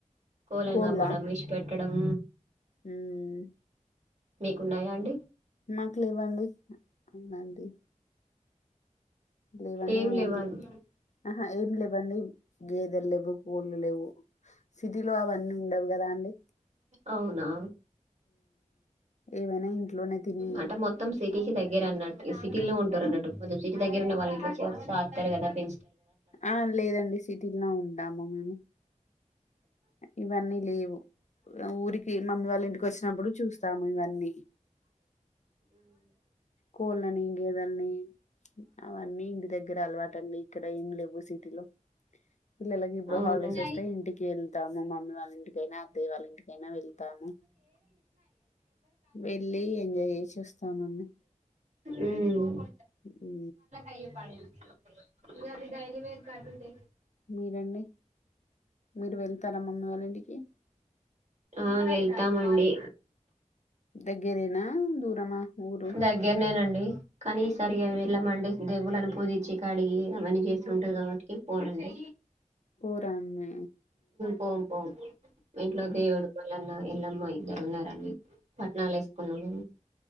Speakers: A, on the right; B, on the left.
A: కోళ్లనుగమ్మడం
B: కోళ్ళా?
A: ఇష్పట్టడం
B: హ్మ్.
A: మీకున్నాయా అండి
B: మాకు లేవ్వండి అవునండి లేవండి
A: ఏం లేవా
B: ఓన్లీ
A: అండి
B: ఆహా ఏమి లేవండి గేదల్ లేవు కోళ్ళు లేవు సిటీలో అవన్నీ ఉండవు కదా అండి
A: అవునా
B: ఏవైనా ఇంట్లోనే తిని
A: అంటే మొత్తం సిటీకి దగ్గర అన్నట్టు సిటీలో ఉంటారు అన్నట్టు కొెంచెమ్ సిటీ దగ్గర ఉన్న వాళ్ళ ఇ చస్తారు కదా పె
B: ఆ లేదండి సిటీలో ఉంటాము మేము ఇవన్నీ లేవు ఊరికి మమ్మీ వాళ్ళ ఇంటికి వచ్చినప్పుడు చూస్తాము ఇవన్నీ కోళ్ళని గేదల్ని అవన్నీ దగ్గర అలవాటు అండి ఇక్కడ ఏం లేవు సిటీలో పిల్లలకి ఇప్పుడు
A: అవునా
B: హాలిడేస్ వస్తాయి ఇంటికి వెళ్తాము మమ్మీ వాళ్ళంటికైనా అత్తయ్య వాళ్ళ ఇంటికైనా వెళ్తాము వెళ్ళి ఎంజాయ్ చేసి వస్తాముని
A: హుమ్మ్
B: ఉ
A: అయ్యే పాడైంది త అది డైలీవేర్ కటితే
B: మీరన్నడి మీరు వెళ్తారా మమ్మీ వాళ్ళ ఇంటికి
A: ఆ వెళ్తామండి
B: దగ్గరేనా దూరమా ఊరు
A: దగ్గరనేనండి కానీ ఈసరిగా వెళ్ళామండి దేవుల పోదచ కాడిగి అవన్నీ చేస్త ఉంటది కాబట్టి ఫోన్ అండి
B: పూరమే
A: పోం పోం వీట్లో దేవుడికిపోవలన్నా వెళ్లమ్మ ఇద్దరు ఉన్నారండి పట్టనాలు వేసుకున్నాం మేము